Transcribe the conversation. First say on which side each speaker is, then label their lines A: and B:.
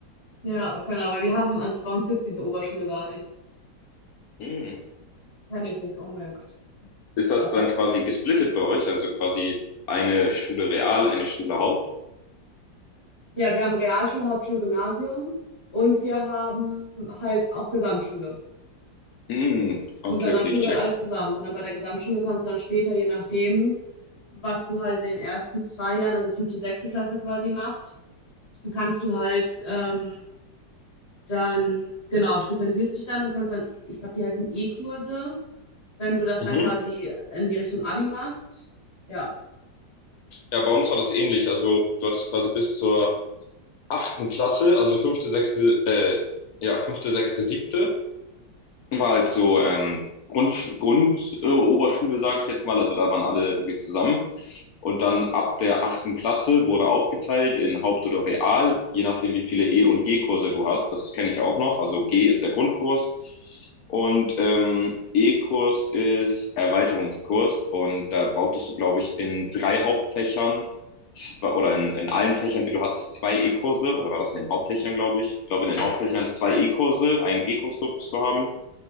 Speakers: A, on the left; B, on the left.
A: Ja, genau, weil wir haben, also bei uns gibt es diese Oberschule gar nicht.
B: Hm.
A: kenn ich nicht, oh mein Gott.
B: Ist das
A: Äh,
B: dann quasi gesplittet bei euch? Also quasi eine Schule Real, eine Schule Haupt?
A: Ja, wir haben Realschule, Hauptschule, Gymnasium und wir haben halt auch Gesamtschule.
B: Hm. Okay,
A: Und Gesamtschule
B: okay, ich check.
A: gehört alles zusammen. Und dann bei der Gesamtschule kannst du dann später, je nachdem, was du halt in den ersten zwei Jahren, also fünfte, sechste Klasse quasi machst, dann kannst du halt ähm, Dann, genau, spezialisierst du dich dann und kannst dann, ich glaube, die heißen E-Kurse, wenn du das
B: Mhm.
A: dann quasi in die Richtung Abi machst. Ja.
B: Ja, bei uns war das ähnlich. Also du hattest quasi bis zur achten Klasse, also fünfte, sechste, äh, ja, fünfte, sechste, siebte. war halt so ähm, Grund, Grund äh, Oberschule, sage ich jetzt mal. Also da waren alle irgendwie zusammen. Und dann ab der achten Klasse wurde aufgeteilt in Haupt- oder Real, je nachdem, wie viele E- und G-Kurse du hast. Das kenne ich auch noch. Also G ist der Grundkurs und ähm, E-Kurs ist Erweiterungskurs. Und da brauchtest du, glaube ich, in drei Hauptfächern zwei- oder in, in allen Fächern, die du hattest, zwei E-Kurse, oder war das in den Hauptfächern, glaube ich? Ich glaube, in den Hauptfächern zwei E-Kurse, einen G-Kurs durftest du haben.